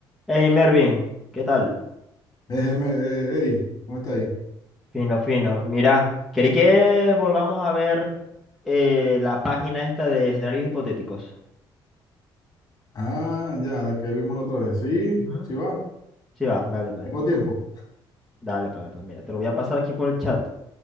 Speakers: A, in the centre; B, on the left (about 40°).
A: Hey Mervin, ¿qué tal?
B: Es M- eh, Eri, ¿cómo está ahí?
A: Fino, fino. Mira, quería que volvamos a ver eh, la página esta de escenarios hipotéticos.
B: Ah, ya, la que vimos la otra vez. Sí,
A: Ujú.
B: sí va,
A: Sí, va, dale pues.
B: tengo tiempo.
A: Dale pues, pues, mira, te lo voy a pasar aquí por el chat.